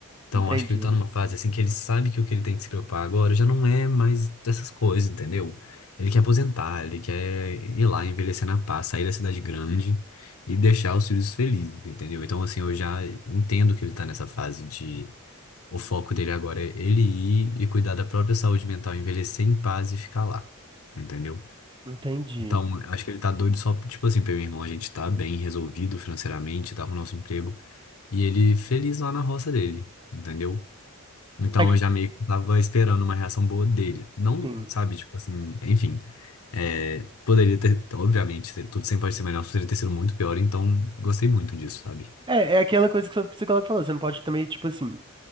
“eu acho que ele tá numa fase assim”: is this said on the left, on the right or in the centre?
Left